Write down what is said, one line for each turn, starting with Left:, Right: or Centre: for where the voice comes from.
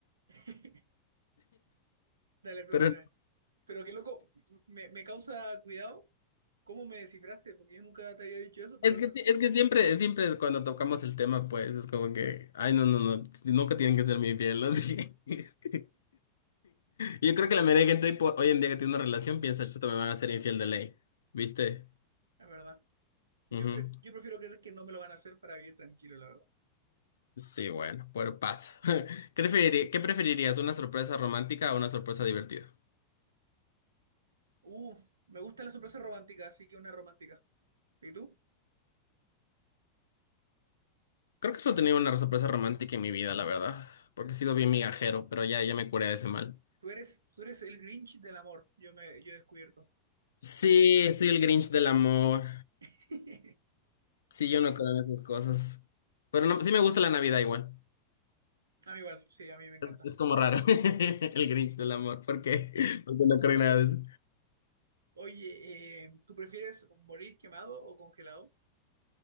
Right: <laughs> dale, pregúntame.
Left: pero
Right: Pero qué loco, m- me, me causa cuidado cómo me descifraste, porque yo nunca te había dicho eso, pero
Left: es que,
Right: es verdad.
Left: sí- es que siempre, siempre cuando tocamos el tema, pues, es como que, ay, no, no, no, nunca tienen que ser mi fiel, así. <laughs> Yo creo que la mayoría de gente hoy, po- hoy en día que tiene una relación piensa, chuta, me van a hacer infiel de ley. ¿Viste?
Right: Es verdad. Yo,
Left: Ujú.
Right: pre- yo prefiero creer que no me lo van a hacer para vivir tranquilo, la verdad.
Left: Sí, bueno, pero pasa. <laughs> ¿Qué preferirí- qué preferirías, una sorpresa romántica o una sorpresa divertida?
Right: Uh, me gusta la sorpresa romántica, así que una romántica. ¿Y tú?
Left: Creo que solo he tenido una sorpresa romántica en mi vida, la verdad. Porque he sido bien migajero, pero ya, ya me curé de ese mal.
Right: Tú eres, tú eres el Grinch del amor, yo me, yo he descubierto.
Left: Sí, soy el Grinch del amor.
Right: <laughs>
Left: Sí, yo no creo en esas cosas. Pero no, sí me gusta la Navidad igual.
Right: A mí igual, sí, a mí me encanta.
Left: Es, es como raro. <laughs> El Grinch del amor. ¿Por qué? <laughs> Porque no creo en nada de eso.
Right: Oye, eh, ¿tú prefieres morir quemado o congelado?